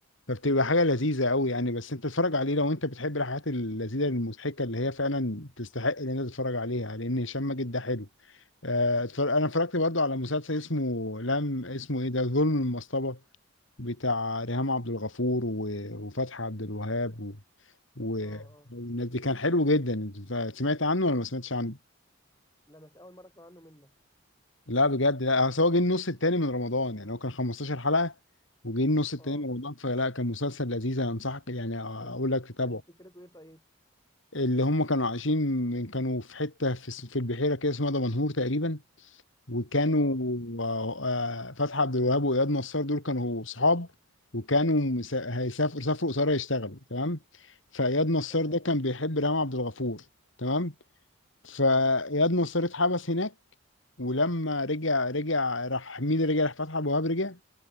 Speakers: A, on the left; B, on the left.
A: فبتبقى حاجة لذيذة
B: اه
A: قوي يعني بس انت تتفرج عليه لو انت بتحب الحاجات اللذيذة المضحكة اللي هي فعلا تستحق ان انت تتفرج عليها لان هشام ماجد ده حلو آه، اتفرج- انا اتفرجت برضو على مسلسل اسمه لم اسمه ايه ده ظلم المصطبة بتاع ريهام عبد الغفور و- وفتحي عبد الوهاب و... و...
B: اه
A: والناس دي كان حلو جدا سمعت عنه ولا ما سمعتش عنه؟
B: لا بس اول مرة اسمع عنه منك
A: لا بجد لا اصل هو جه النص التاني من رمضان يعني هو كان 15 حلقة وجه النص التاني
B: اه
A: من رمضان فلا كان مسلسل لذيذ انا انصحك يعني اقول
B: كانت
A: لك تتابعه
B: كانت فكرته ايه طيب
A: اللي هم كانوا عايشين من كانوا في حتة في الس- في البحيرة كده اسمها دمنهور تقريبا وكانوا
B: اه
A: آه، آه، فتحي عبد الوهاب واياد نصار دول كانوا صحاب وكانوا مس- هيسافروا سافروا قصير يشتغلوا تمام فاياد نصار
B: تمام
A: ده كان بيحب ريهام عبد الغفور تمام فاياد
B: تمام
A: نصار اتحبس هناك ولما رجع رجع راح مين اللي رجع راح فتحي ابو وهاب رجع